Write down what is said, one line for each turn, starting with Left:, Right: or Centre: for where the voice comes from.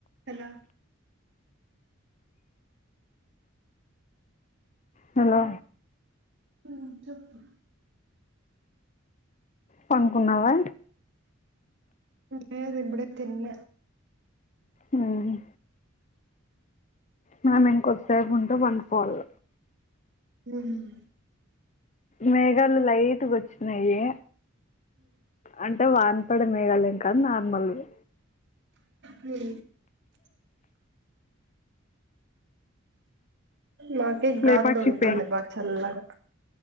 Right: Hello
Left: hello
Right: ఉమ్మ్ చెప్పు
Left: పనుకున్నావా
Right: లేదు ఇప్పుడే తిన్న
Left: ఉమ్మ్ మేము ఇంకొద్దిసేపు ఉంటే పండుకోవాల
Right: ఉమ్మ్
Left: మేఘాలు లైట్‌గా వచ్చినాయి అంటే వాన పడే మేఘాలు ఎంకాదు నార్మల్‌వే
Right: మ్మ్ నాకే
Left: లేపాక్షి
Right: గాలి తోలుతుంది
Left: పొయి
Right: బాగా చల్లగా